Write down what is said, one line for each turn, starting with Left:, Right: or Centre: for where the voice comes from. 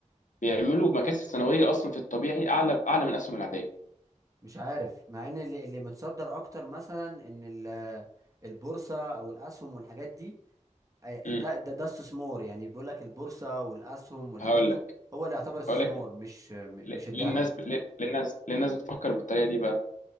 Left: بيعملوا مكاسب سنويه اصلا في الطبيعي اعلى اعلى من الاسهم العاديه
Right: مش عارف مع ان اللي, اللي متصدر اكتر مثلا ان ال- البورصه او الاسهم والحاجات دي آه،
Left: امم
Right: ده ده ده استثمار يعني بيقول لك البورصه والاسهم والحاجات
Left: هقول
Right: دي
Left: لك
Right: هو اللي يعتبر استثمار
Left: هقول لك
Right: مش م-
Left: ليه
Right: مش الذهب
Left: ليه الناس ليه ليه الناس ليه الناس بتفكر بالطريقه دي بقى